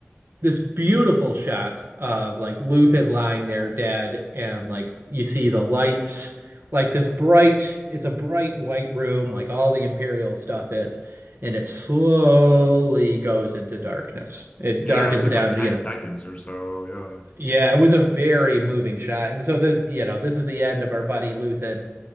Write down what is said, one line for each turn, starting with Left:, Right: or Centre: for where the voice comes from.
Right: this beautiful shot of like Luthen lying there dead, and like you see the lights, like this bright, it's a bright white room, like all the Imperial stuff is, and it slowly goes into darkness. It
Left: Yeah,
Right: darkens
Left: it took
Right: down,
Left: like ten
Right: you know.
Left: seconds or so. Yeah,
Right: Yeah, it was a very moving shot. And so this, you know, this is the end of our buddy Luthen.